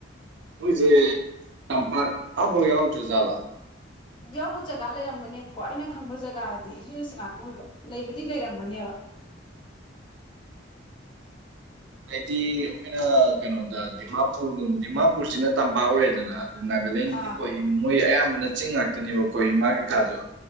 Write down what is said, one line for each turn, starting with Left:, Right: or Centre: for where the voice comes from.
Right: ꯑꯩꯣꯏꯁꯦ ꯇꯝꯄꯥꯛ ꯑꯕꯣꯏ ꯑꯥꯎꯗ꯭ꯔꯖꯂ
Left: ꯌꯥꯎꯕ ꯖꯒꯥ ꯂꯩꯔꯝꯒꯅꯦꯕꯀꯣ ꯑꯩꯅ ꯈꯪꯕ ꯖꯒꯥꯗꯗꯤ ꯍꯤꯜꯁ ꯉꯥꯛꯇ ꯑꯣꯏꯕ ꯂꯩꯕꯗꯤ ꯂꯩꯔꯝꯒꯅꯦꯕ
Right: ꯍꯥꯏꯗꯤ ꯑꯩꯈꯣꯏꯅ ꯀꯩꯅꯣꯗ ꯗꯤꯃꯥꯄꯨꯔꯒꯨꯝ ꯗꯤꯃꯥꯄꯨꯔꯁꯤꯅ ꯇꯝꯄꯥꯛ ꯑꯣꯏꯔꯦꯗꯅ ꯑꯗꯨꯗ ꯅꯥꯒꯥꯂꯦꯟꯒꯤꯗꯤ
Left: ꯑꯥ
Right: ꯀꯣꯏꯍꯤ ꯃꯣꯏ ꯑꯌꯥꯝꯕꯅ ꯆꯤꯡ ꯉꯥꯛꯇꯅꯦꯕ ꯀꯣꯍꯤꯃꯥ ꯀꯩꯀꯥꯗꯣ